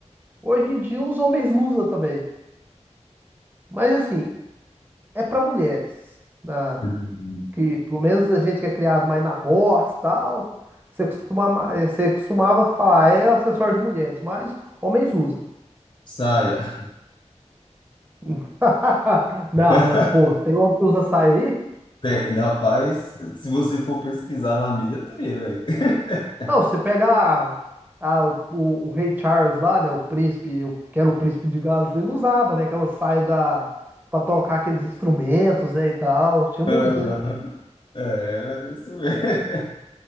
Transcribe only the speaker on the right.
hoje em dia os homens usam também. Mas assim, é para mulheres. Na-
Que pelo menos a gente que é criado mais na roça, tal, você costuma, ma- eh, você costumava falar, é acessório de mulheres, mas homens usam.
<laughs> Não,
não, pô, tem homem que usa saia aí?
Não, você pega a- a- o, o- o rei Charles lá, né? O príncipe, eu- que era o príncipe de Gales, ele usava, né? Aquela saia da, pra tocar aqueles instrumentos, né? E tal. Tinha muito,
né?